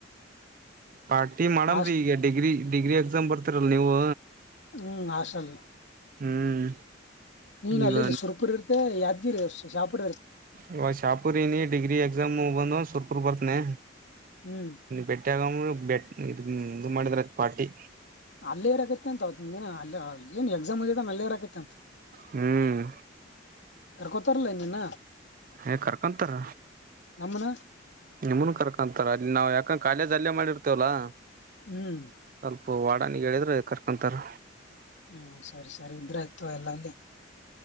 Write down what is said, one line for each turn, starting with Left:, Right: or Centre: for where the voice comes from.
Right: ಪಾರ್ಟಿ ಮಾಡಮ್ರೀ
Left: ಹಾಸ್ಟ್
Right: ಈಗ ಡಿಗ್ರಿ ಡಿಗ್ರಿ ಎಕ್ಸಾಮ್ ಬರ್ತೀರಲ್ಲ ನೀವು
Left: ಹ್ಮ್ ಆಸಲ್
Right: ಹ್ಮ್
Left: ನೀನ್
Right: ಈಗ
Left: ಅಲ್ಲ ಇಲ್ಲಿ ಸುರ್ಪುರ್ ಇರುತ್ತೆ ಯ ಷ್ಟ ಚಾಪಾ
Right: ಇವ ಶಾಪುರ್ ನಿ ಡಿಗ್ರಿ ಎಕ್ಸಾಮ್ ಬಂದ ಸರ್ ಪೂರ್ವರ್ತನೆ
Left: ಹ್ಮ್
Right: ಬೆೆಟಾಗಮ ಬೆ ಇ ಇದು ಮಾಡಿದ್ರ ಅ ಪಾರ್ಟಿ
Left: ಅಲ್ಲಿೇರ್ ಆಗೈತಿ ಅಂತ ಅವಿನ ದಿನ ಅ ಏನ್ ಎಕ್ಸಾಮ್ ಆಗ್ಯದ ಅಲ್ಲಿೇಏರಾಗೈತಿ ಅಂತ
Right: ಹ್ಮ್
Left: ಕರ್ಕೊತಾರಲ್ಲ ನಿನ್ನ
Right: ಹ ಕರ್ಕೊಂತಾರ
Left: ನಮ್ಮನ
Right: ನಿಮ್ಮನ್ ಕರ್ಕೊಂತ ಅಲ್ಲಿ ನಾವು ಯಾಕಂದ ಕಾಲೇ್ ಅಲ್ಲೇ ಮಾಡಿರ್ತೇವಲ್ಲಾ
Left: ಹ್ಮ್
Right: ಪ ವಾಡನಿಗೆ ಹೇಳಿದ್ರೆ ಕರ್ಕೊಂತಾರೆ
Left: ಹ್ಮ್ ಸರಿ ಸರಿ ಇದ್ರ ಆಯ್ತು ಎಲ್ಲಂಗೆ